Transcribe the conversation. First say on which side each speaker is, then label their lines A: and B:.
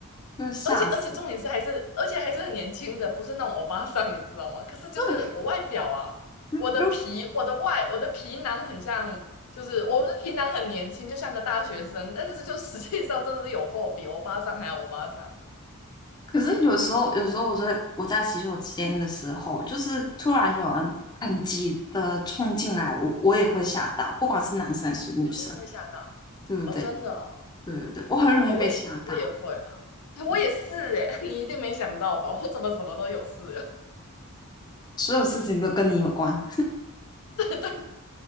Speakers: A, on the left (about 85°); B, on the left (about 20°).
A: <laughs>
B: 会吓死。
A: 而且而且重点是还是而且还是很年轻的，不是那种欧巴桑，你知道吗？可是就是我外表啊，
B: 对，如如
A: 我的皮，我的外，我的皮囊很像，就是我的皮囊很年轻，就像个大学生，但是就实际上真的是有够比欧巴桑还要欧巴桑。哦，
B: 可是有时候有时候我在我在洗手间的时候，就是突然有人很急的冲进来，我我也会吓到，不管是男生还是女生，
A: 你也会吓到
B: 对不对？
A: 哦，真的哦，
B: 对对对，我很容易被吓到。
A: 哦我也我也会啊，哎我也是哎，
B: 对，
A: <laughs> 你一定没想到吧？我怎么什么都有事？
B: 所有事情都跟你有关，
A: <laughs> 对，